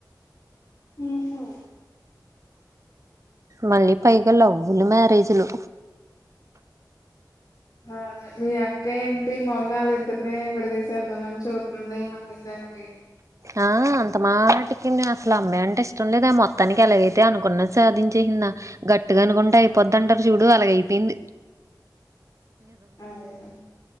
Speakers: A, on the left; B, on the right.
A: నీకె
B: మళ్ళీ పైగా లవ్వులు మ్యారేజీలు
A: అదే మీ అక్క ఏంటి మాములుగా వాళ్ళిద్దరిని విడదీసేద్దామని చూస్ ది అల్లిద్దర్ని
B: ఆ అంత మాటికి అసలు అమ్మాయి అంటే ఇష్టం లేదే మొత్తానికి ఎలాగైతే అనుకున్నది సాధించేసిందా గట్టుగా అనుకుంటే అయిపోయిదంటారు చూడు అలాగయిపోయింది
A: అవును